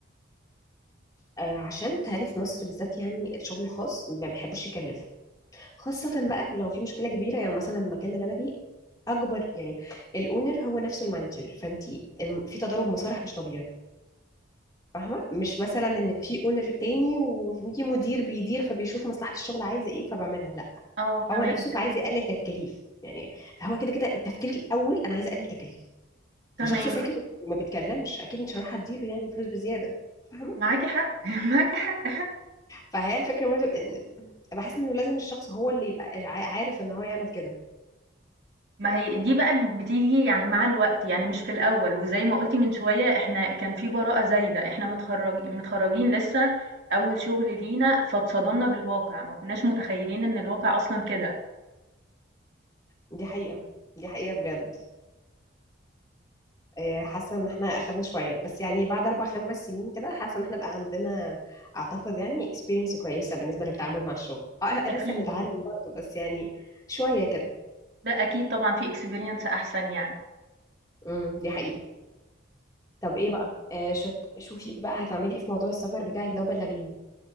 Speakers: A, on the left; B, on the right.
A: آه عشان تهالي في مصر بالذات يعني الشغل الخاص ما بيحبوش يكلفوا خاصة بقى لو في مشكلة كبيرة يعني مثلا المكان اللي أنا فيه أكبر يعني الأونر هو نفس المانجر فأنت الم- في تضارب مصالح مش طبيعي فاهمة مش مثلا إن في أونر تاني وفي مدير بيدير فبيشوف مصلحة الشغل عايزة إيه فبعملها لا
B: آه تمام،
A: هو نفسه فعايز تمام يقلل تكاليف يعني فهو كده كده التفكير الأول أنا عايز أقلل تكاليف فشخص
B: تمام،
A: ساكت وما بيتكلمش أكيد مش هروح أديله يعني فلوس بزيادة فاهمة
B: معاكِ حق، <laughs> معاكِ حق.
A: فهي الفكرة برضو إن بحس إنه لازم الشخص هو اللي يبقى عارف إن هو يعمل كده
B: ما هي دي بقى بتيجي يعني مع الوقت، يعني مش في الأول، وزي ما قُلتِ من شوية إحنا كان في براءة زايدة، إحنا متخرج متخرجين لسه، أول شغل لينا، فاتصدمنا بالواقع، ما كناش متخيلين إن الواقع أصلًا كده،
A: دي حقيقة دي حقيقة بجد آه، حاسة ان احنا اخرنا شوية بس يعني بعد اربع خمس سنين كده حاسة ان احنا بقى عندنا اعتقد يعني experience كويسة بالنسبة للتعامل مع الشغل اه آه،
B: أكيد.
A: لسه بنتعلم برضه بس يعني شوية كده
B: لأ أكيد طبعًا في experience أحسن يعني،
A: امم دي حقيقة طب ايه بقى آه، شوت- شوفي بقى هتعملي ايه في موضوع السفر بتاعك ده وبلغيني